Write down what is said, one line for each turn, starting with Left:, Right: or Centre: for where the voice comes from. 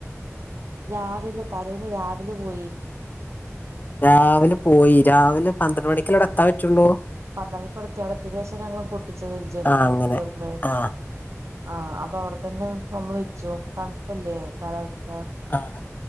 Right: രാവിലെ തലേന്ന് രാവിലെ പോയി
Left: രാവിലെ പോയി രാവിലെ പന്ത്രണ്ട് മണിക്കല്ലെ അവിടെ എത്താൻ പറ്റുള്ളൂ
Right: പന്തളിക്കടുത്തി അവിടെത്തിനേഷം ഞങ്ങൾ പൊട്ടിച്ചത് വി
Left: ആഹ് അങ്ങനെ
Right: ദമ്മ്
Left: ആഹ്
Right: ആഹ് അപ്പൊ അവടെ തന്നെ നമ്മൾ വെച്ചു തണുപ്പല്ലേ കാലാവസ്ഥ
Left: ആഹ്